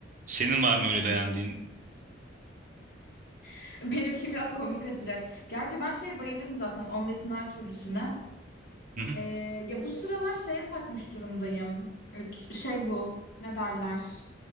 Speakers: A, on the right; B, on the left.
A: Senin var mı
B: Hı hı.
A: öyle beğendiğin?
B: <laughs> Benimki biraz komik kaçacak. Gerçi ben şey bayılırım zaten omletin her türlüsüne.
A: Hı hı,
B: Ee, ya bu sıralar şeye takmış durumdayım. Evet, Şey bu ne derler?